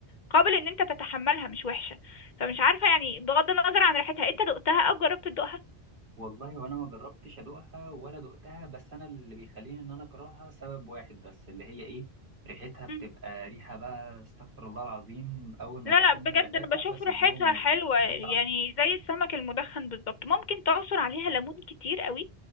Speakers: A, on the left (about 45°); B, on the right (about 50°).
A: قابل ان انت تتحملها مش وحشة فمش عارفة يعني بغض النظر عن ريحتها انت دقتها او جربت تدوقها
B: والله وانا ما جربتش ادوقها ولا دقتها بس انا اللي بيخليني ان انا اكرهها سبب واحد بس اللي هي ايه ريحتها بتبقى
A: مم.
B: ريحة بقى استغفر الله العظيم اول ما
A: لا
B: بشم
A: لا بجد
B: ريحتها
A: انا بشوف
B: بسيب
A: ريحتها
B: لهم البيت
A: حلوة يعني
B: على
A: زي السمك المدخن بالظبط ممكن تعصر عليها ليمون كتير قوي